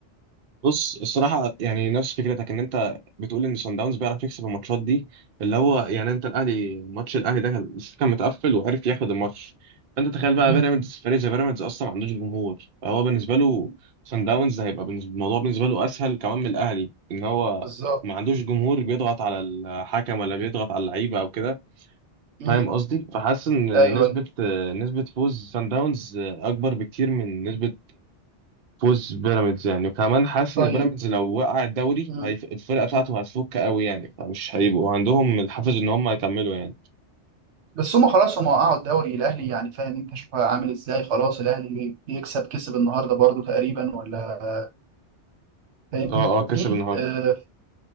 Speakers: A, on the right; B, on the right.
A: بص الصراحة يعني نفس فكرتك ان انت بتقول ان صن داونز بيعرف يكسب الماتشات دي اللي هو يعني انت الاهلي ماتش الاهلي ده كان كان متقفل وعرف ياخد الماتش فانت تخيل بقى
B: مم.
A: بيراميدز فريق زي بيراميدز اصلا ما عندوش جمهور فهو بالنسبة له
B: مم.
A: صن داونز هيبقى بالنسبة الموضوع بالنسبة له اسهل كمان من الاهلي ان هو
B: بالظبط
A: ما عندوش جمهور بيضغط على الحكم ولا بيضغط على اللعيبة او كده
B: مم.
A: فاهم قصدي فحاسس ان
B: ايوه
A: نسبة
B: أيوة.
A: نسبة فوز صن داونز اكبر بكتير من نسبة فوز بيراميدز يعني وكمان حاسس
B: طيب
A: ان بيراميدز لو وقع الدوري
B: مم.
A: هيف... الفرقه بتاعته
B: مم.
A: هتفك قوي يعني فمش هيبقوا عندهم الحافز ان هم يكملوا يعني
B: بس هم خلاص هم وقعوا الدوري الاهلي يعني فاهم انت شوف عامل ازاي خلاص الاهلي بي- بيكسب كسب النهارده برضو تقريبا ولا فاهمني
A: اه اه كسب النهارده
B: آه